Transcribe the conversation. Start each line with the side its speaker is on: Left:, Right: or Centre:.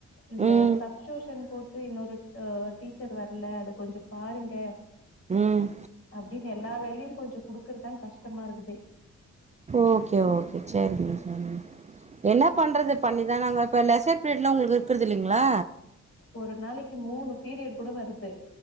Left: இந்த
Right: ம்
Left: சப்டியுஷன் போட் டு இன்னொரு ட டீச்சர் வரல அத கொஞ்சோ பாருங்க
Right: ம்
Left: அப்டின்னு எல்லா வேலையு கொஞ்சோ குடுக்குறதா கஷ்டமா இருக்குது
Right: ஓகே ஓகே சரிங்க சரிங்க என்ன பண்றது பண்ணிதானங்க இப்ப லெசர் பீரியட்லா உங்களுக்கு இருக்றது இல்லைங்களா
Left: ஒரு நாளைக்கி மூணு பீரியட் கூட வருது